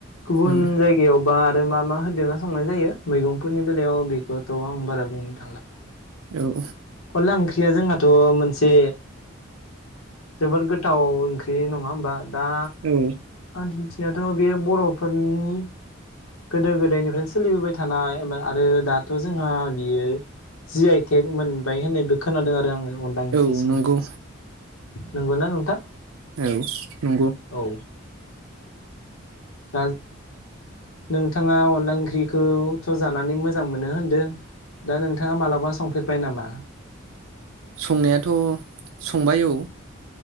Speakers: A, on the left; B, on the right.
A: गुबुन
B: उम
A: जायगायाव बा आरो मा मा होदेरना संनाय जायो मैगंफोरनि बेलायाव बेखौथ' आं बारा बुंनो थांला
B: औ
A: लांखरिया जोंहा थ' मोनसे जोबोद गोथाव ओंख्रि नङा होमबा दा
B: औ
A: आं मिथिनायावथ' बे बर'फोरनि गोदो गोदायनिफ्रायनो सोलिबोबाय थानाय आरो दाथ' जोंहा बियो जि आइ टेग मोनबाय होननायबो खोनादों आरो आङो अनला ओंख्रि
B: औ
A: संनायखौ
B: नंगौ
A: नंगौना नोंथां?
B: औ नंगौ
A: औ दा नोंथाङा अनला ओंख्रिखौथ' जानानै मोजां मोनो होनदों दा नोंथाङा मालाबा संफेरबाय नामा?
B: संनायाथ' संबाय औ